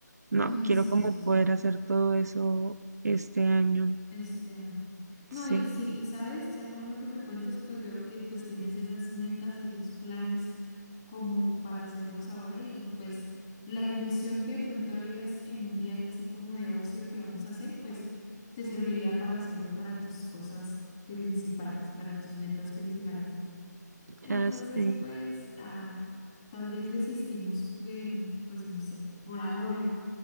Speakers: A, on the right; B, on the left.
A: No,
B: Ay,
A: quiero
B: sí,
A: como
B: sí,
A: poder
B: sí.
A: hacer todo eso este año.
B: Este año.
A: Sí,
B: No, y sí, y sabes, ya con lo que me cuentas, pues veo que pues tienes esas metas y esos planes como para hacerlos ahora y pues la inversión que de pronto harías en un viaje así como de ocio que vamos a hacer, pues te serviría para hacerlo para tus cosas principales, para tus metas principales. Entonces,
A: ya sé.
B: pues, ah, tal vez desistimos, em, pues no sé, por ahora